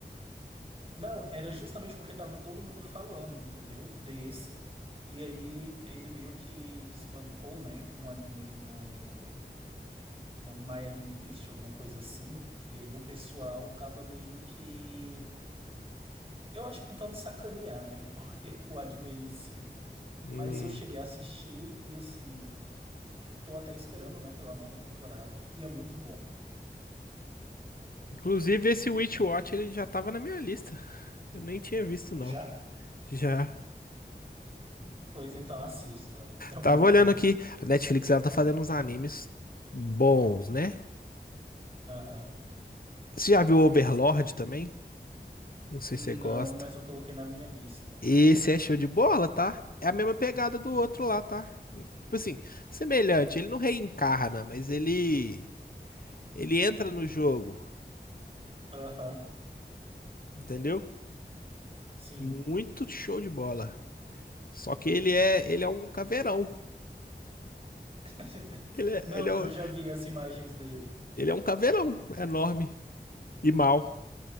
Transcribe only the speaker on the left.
Hum,
Inclusive, esse Witch Watch ele já tava na minha lista. Eu nem tinha visto, não.
Já.
Tava olhando
aqui. A Netflix ela tá fazendo uns animes bons, né?
Você já viu Overlord também? Não sei
se você gosta.
Esse é show de bola, tá? É a mesma pegada do outro lá, tá? Tipo assim, semelhante, ele não reencarna, mas ele ele entra no jogo,
entendeu?
Muito show de bola. Só que ele é ele é um caveirão.
Ele é,
ele é, um-
ele é um caveirão enorme e mau.